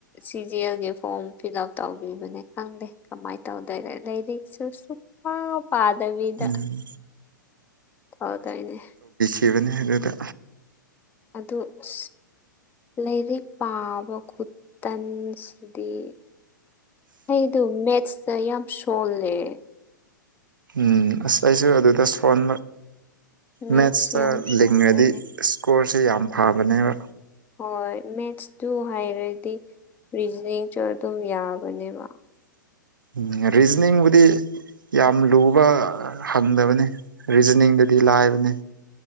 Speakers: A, on the left; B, on the right.
A: ꯁꯤ ꯖꯤ ꯑꯦꯜꯒꯤ ꯐꯣꯔꯝ ꯐꯤꯜ ꯑꯞ ꯇꯧꯕꯤꯕꯅꯦ ꯈꯪꯗꯦ ꯀꯃꯥꯏꯅ ꯇꯧꯅꯤꯣ ꯅ ꯂꯩꯔꯁꯨ ꯁꯨ ꯄꯥꯗꯕꯤꯗ
B: ꯎꯝ
A: ꯇꯧꯗꯣꯏꯅꯦ
B: ꯀꯕꯅꯦ ꯍꯥꯏꯒꯗ
A: ꯑꯗꯨꯗ ꯂꯥꯏꯔꯤꯛ ꯄꯥꯕ ꯈꯨꯇꯟꯁꯤꯗꯤ ꯑꯩꯗꯣ ꯃꯦꯠꯁꯇ ꯌꯥꯝ ꯁꯣꯜꯂꯦ
B: ꯎꯝ ꯑꯁ ꯑꯩꯁꯨ ꯑꯗꯨꯗ ꯐꯣꯟ
A: ꯃꯦꯠꯁ
B: ꯃꯦꯠꯁꯇ
A: ꯌꯥꯝ ꯁꯣꯜꯂꯦ
B: ꯂꯤꯡꯉꯗꯤ ꯏꯁꯀꯣꯔꯁꯨ ꯌꯥꯝ ꯐꯕꯅꯦꯕ
A: ꯍꯣꯏ ꯃꯦꯠꯁꯇꯨ ꯍꯥꯏꯔꯗꯤ ꯔꯤꯖꯅꯤꯡꯁꯨ ꯑꯗꯨꯝ ꯌꯥꯕꯅꯦꯕ
B: ꯎꯝ ꯔꯤꯖꯅꯤꯡꯕꯨꯗꯤ ꯌꯥꯝ ꯂꯨꯕ ꯍꯪꯗꯕꯅꯤ ꯔꯤꯖꯅꯤꯡꯗꯨꯗꯤ ꯑꯗꯨ ꯂꯥꯏꯕꯅꯦ